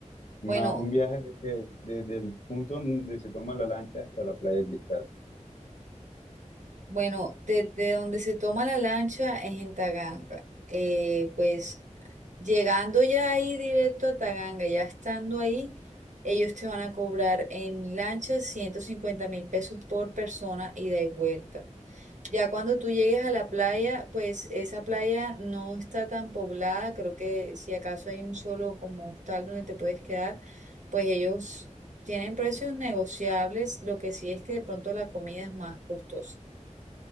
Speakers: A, on the left (about 70°); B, on the right (about 75°).
A: Una-
B: Bueno,
A: un viaje de- desde el punto donde se toma la lancha hasta la playa Cristal.
B: Bueno, desde donde se toma la lancha es en Taganga. Eh, pues llegando ya ahí directo a Taganga, ya estando ahí, ellos te van a cobrar en lancha ciento cincuenta mil pesos por persona ida y vuelta. Ya cuando tú llegues a la playa, pues esa playa no está tan poblada, creo que si acaso hay un solo como hostal donde te puedes quedar, pues ellos tienen precios negociables, lo que sí es que de pronto la comida es más costosa.